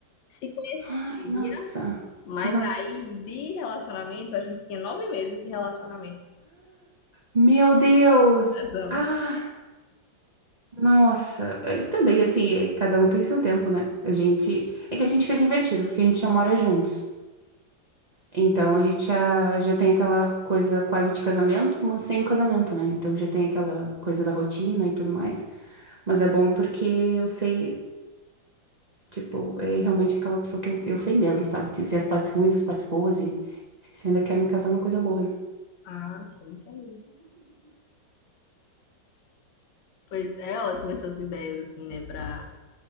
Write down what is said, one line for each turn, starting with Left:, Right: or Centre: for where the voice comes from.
Left: Se conhecia,
Right: Ai, nossa.
Left: mas
Right: Uhum.
Left: aí de relacionamento, a gente tinha nove meses de relacionamento.
Right: Meu Deus!
Left: Casamos.
Right: Ah! Nossa, é, também assim, é, cada um tem seu tempo, né? A gente. É que a gente fez invertido, porque a gente já mora juntos. Então a gente já, já tem aquela coisa quase de casamento, mas sem o casamento, né? Então já tem aquela coisa da rotina e tudo mais. Mas é bom porque eu sei, tipo, é realmente aquela pessoa que eu, eu sei mesmo, sabe? Se se as partes ruins, as partes boas e se eu ainda quero me casar, é uma coisa boa, né?
Left: Ah, sim, entendi. Pois é ótimo essas ideias, assim, né? Pra